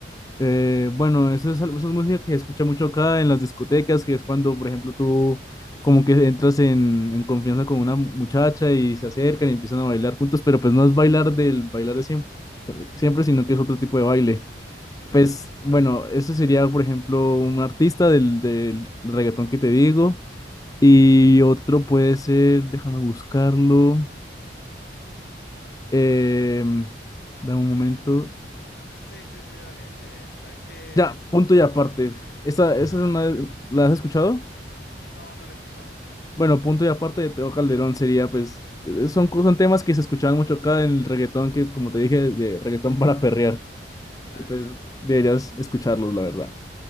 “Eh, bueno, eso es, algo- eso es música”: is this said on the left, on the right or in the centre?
Left